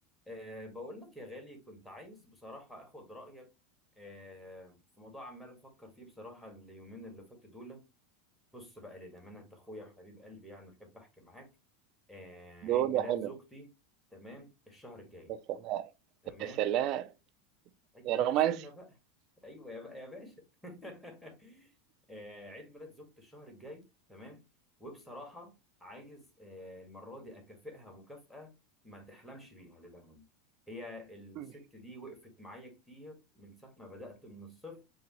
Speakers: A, in the centre; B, on the right (about 50°).
A: أه بقول لك يا غالي كنت عايز بصراحة أخد رأيك أه في موضوع عمال أفكر فيه بصراحة اليومين اللي فاتوا دول بص بقى للأمانة أنت أخويا وحبيب قلبي يعني أحب أحكي معاك أه
B: دول
A: عيد ميلاد
B: حلو
A: زوجتي تمام الشهر الجاي
B: يا سلام
A: تمام
B: يا سلام
A: ايوه
B: يا رومانسي
A: بقى استنى بقى ايوه يا بقى يا باشا <laughs> آه، عيد ميلاد زوجتي الشهر الجاي تمام وبصراحه عايز آه، المره دي اكافئها مكافاه ما تحلمش بيها للامانه هي الست
B: مم.
A: دي وقفت معايا كتير من ساعه ما بدات من الصفر